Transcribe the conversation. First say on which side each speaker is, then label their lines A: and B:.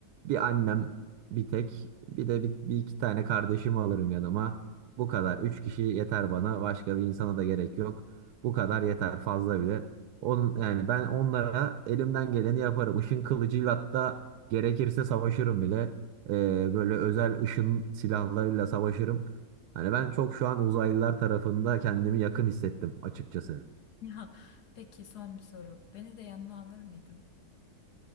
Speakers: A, on the right; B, on the left.
A: bir annem bir tek bir de bir, bir iki tane kardeşimi alırım yanıma. Bu kadar. Üç kişi yeter bana. Başka bir insana da gerek yok. Bu kadar yeter fazla bile. Onun, yani ben onlara elimden geleni yaparım. Işın kılıcıyla hatta gerekirse savaşırım bile. Ee, böyle özel ışın silahlarıyla savaşırım. Hani ben çok şu an uzaylılar tarafında kendimi yakın hissettim açıkçası.
B: Ya peki son bir soru. Beni de yanına alır mıydın?